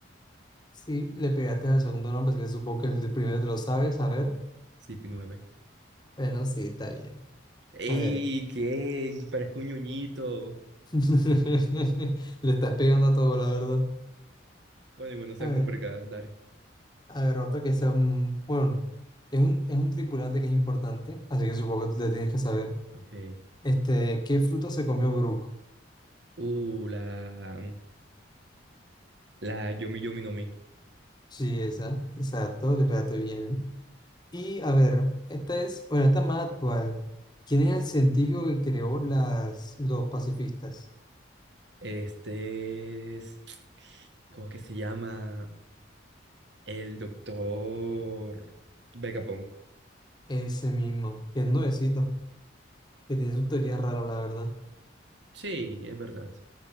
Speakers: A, on the left (about 20°); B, on the right (about 65°).
A: Sí, le pegaste al segundo nombre, así que supongo que el de primero te lo sabes. A ver.
B: CP9.
A: Bueno, sí, está bien.
B: ¡Ey!
A: A ver.
B: ¿Qué? Parezco un ñoñito.
A: <laughs> Le estás pegando a todo, la verdad.
B: Bueno, igual no sean
A: A ver.
B: complicadas, dale.
A: A ver, otro que sea. mm, Bueno, es un, es un tripulante que es importante, así que supongo que le tienes que saber.
B: Ok.
A: Este, ¿qué fruta se comió Brook?
B: Uh, la, la Yomi Yomi no Mi.
A: Sí, esa. Exacto, le pegaste bien. Y a ver, esta es. Bueno, esta es más actual. ¿Quién es el científico que creó las, los pacifistas?
B: Este es, ¿cómo que se llama? El doctor Vegapunk.
A: Ese mismo, que es nuevecito. que tiene sus teorías raras, la verdad.
B: Sí, es verdad.